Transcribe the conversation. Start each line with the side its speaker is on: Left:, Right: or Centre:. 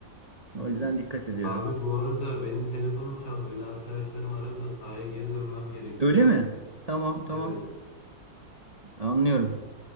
Left: Evet.
Right: O yüzden dikkat ediyorum.
Left: Abi bu arada benim telefonum çaldı. Beni arkadaşlarım aradı da sahaya geri dönmem gerekiyor.
Right: Öyle mi? Tamam, tamam.
Left: Evet.
Right: Anlıyorum.